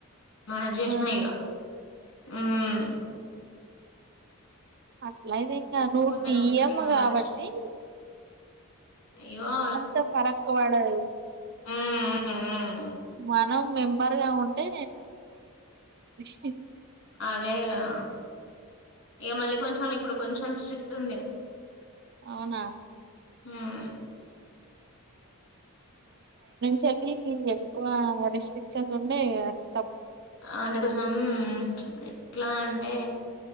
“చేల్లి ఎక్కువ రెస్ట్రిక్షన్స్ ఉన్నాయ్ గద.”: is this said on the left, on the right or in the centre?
Right